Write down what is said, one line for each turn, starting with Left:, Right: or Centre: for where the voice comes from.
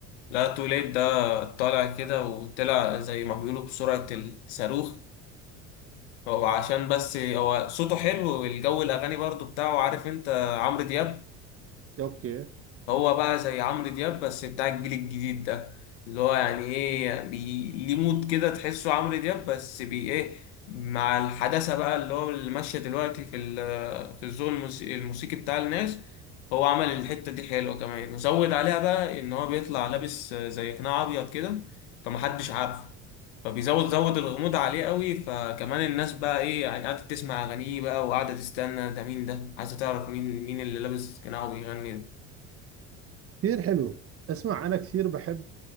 Left: لا تو ليت ده طالع كده وطلع زي ما بيقولوا بسرعة الصاروخ هو عشان بس هو صوته حلو والجو الاغاني برضه بتاعه عارف انت عمرو دياب
Right: اوكي
Left: هو بقى زي عمرو دياب بس بتاع الجيل الجديد ده اللي هو يعني ايه بي... ليه مود كده تحسه عمرو دياب بس بي ايه مع الحداثة بقى اللي هو اللي ماشية دلوقتي في ال... في الذوق الموسيقي, الموسيقي بتاع الناس هو عمل الحتة دي حلوة كمان وزود عليها بقى ان هو بيطلع لابس زي قناع ابيض كده فمحدش عارفه فبيزود زود الغموض عليه قوي فكمان الناس بقى ايه يعني قاعدة تسمع اغانيه بقى وقاعدة تستنى ده مين ده عايزة تعرف مين مين اللي لابس قناع وبيغني ده
Right: كثير حلو اسمع انا كثير بحب